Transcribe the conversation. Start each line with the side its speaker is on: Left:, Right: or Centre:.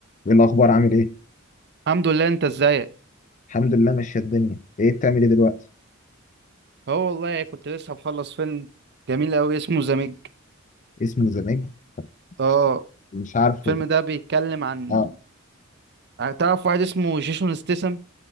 Left: ايه الاخبار عامل ايه
Right: الحمد لله انت ازيك
Left: الحمد لله ماشيه الدنيا ايه بتعمل ايه دلوقتي
Right: اه والله كنت لسه مخلص فيلم جميل قوي اسمه ذا ميج
Left: اسمه ذا ميج
Right: اه
Left: مش مش عارفه
Right: الفيلم ده بيتكلم عن
Left: اه
Right: تعرف واحد اسمه جيسون ستيسم